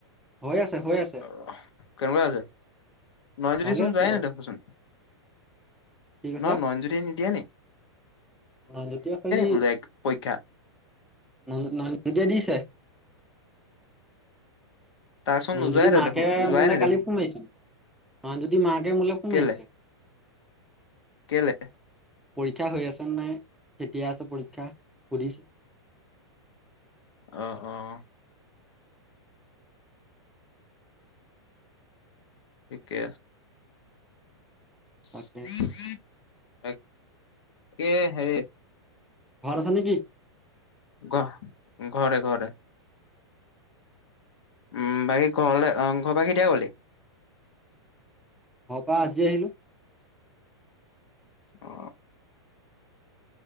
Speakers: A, in the centre; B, on the left.
A: হৈ আছে হৈ আছে
B: আহ কেনেকুৱা আছে নয় যদি
A: ভালে
B: চোন
A: আছে
B: যোৱায়
A: বাৰু
B: ন দেখচোন।
A: কি কৈছ
B: ন নয়নজুতি নিদিয়া নে
A: <unintelligible>
B: বোলে এক পৰীক্ষা তাৰচোন
A: নয়নজ্যোতি
B: নোযোৱাই নেদেখো
A: মাকে
B: যোৱাই
A: মোলে
B: নেদেখো
A: কালি ফোন মাৰিছে, নয়নজ্যোতি মাকে মোলে ফোন
B: কেলে
A: মাৰিছে।
B: কেলে
A: পৰীক্ষা হৈ আছে নাই কেতিয়া আছে পৰীক্ষা সুধিছে।
B: আহ আহ। থিকে। <unintelligible>
A: তাকে
B: <unintelligible> হেৰে।
A: ঘৰত আছ নেকি?
B: ঘ ঘৰতে ঘৰতে। উম ভাই ঘলে অ। ঘপা কেতিয়া ক'লে
A: পাপা আজি আহিলো
B: অ